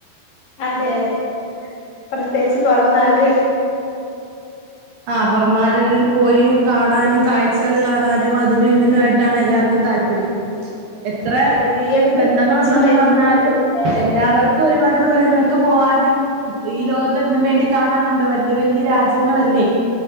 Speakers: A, on the left; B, on the right.
A: അതെ അതെ പ്രത്യേകിച്ച് പൊറനാട്
B: ആ പുറനാടുകളിൽ പോയി കാണാനും കാഴ്ചകൾ കാണാനും അതിനും ഇതിനു ആയിട്ടാണ് എല്ലാവർക്കും താല്പര്യം എത്ര
A: അതെ അതെ ഈ ഇടക്ക്
B: ബന്ധങ്ങൾണ്ടെന്ന്
A: അച്ഛൻ മരിക്കുകയും
B: പറഞ്ഞാലും
A: ചെയ്തേ
B: എല്ലാവർക്കും ഒരുപാട് ദൂരങ്ങൾക്ക് പോവാനും ഈ ലോകത്ത്ന്നും വേണ്ടി കാണാനുണ്ട് വല്യയ വല്യയ രാജ്യങ്ങളല്ലേ